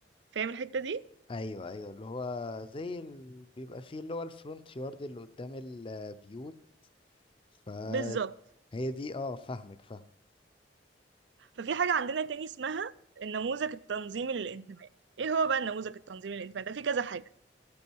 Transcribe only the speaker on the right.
فاهم الحتة دي
بالظبط
ففي حاجة عندنا تاني اسمها النموذج التنظيمي للانتماء ايه هو بقى النموذج التنظيمي للانتماء ده في كذا حاجة